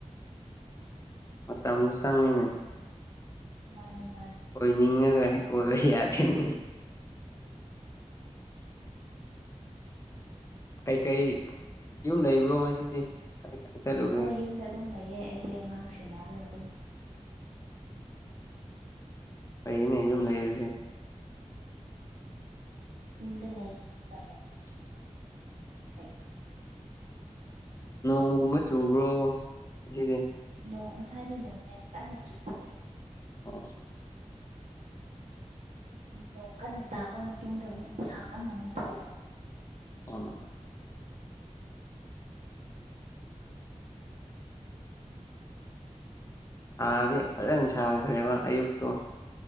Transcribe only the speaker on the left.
ꯃꯇꯝꯖꯨ ꯆꯪꯉꯤꯅꯦ
ꯑꯣꯏꯅꯤꯡꯉꯒ ꯍꯦꯛ ꯑꯣꯏꯕ ꯌꯥꯗꯦꯅꯦ ꯀꯩ ꯀꯩ ꯌꯨꯝ ꯂꯩꯕ꯭ꯔꯣ ꯉꯁꯤꯗꯤ ꯀꯥꯏ ꯀꯥꯏ ꯆꯠꯂꯨ
ꯐꯩꯌꯦꯅꯦ ꯌꯨꯝ ꯂꯩꯕꯖꯦ
<unintelligible>
ꯅꯣꯡꯒꯨꯝꯕ ꯆꯨꯕ꯭ꯔꯣ ꯉꯁꯤꯗꯤ
ꯑꯣ
<unintelligible> ꯁꯥꯗꯤ ꯐꯖꯅ ꯁꯥꯈ꯭ꯔꯦꯕ ꯑꯌꯨꯛꯇꯣ